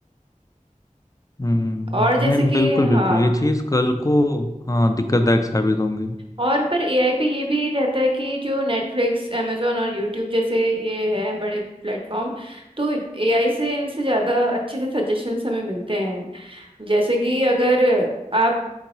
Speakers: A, on the left (about 25°); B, on the right (about 40°).
A: हम्म
B: और जैसे
A: हम्म। नहीं
B: कि
A: बिल्कुल
B: हाँ
A: बिल्कुल ये चीज कल को हाँ दिक्कतदायक साबित होंगी
B: और पर एआई पे ये भी रहता है कि जो नेटफ्लिक्स amazon और यूट्यूब जैसे ये हैं बड़े प्लेटफॉर्म तो एआई से इनसे ज़्यादा अच्छे से सजेशंस हमें मिलते हैं जैसे कि अगर आप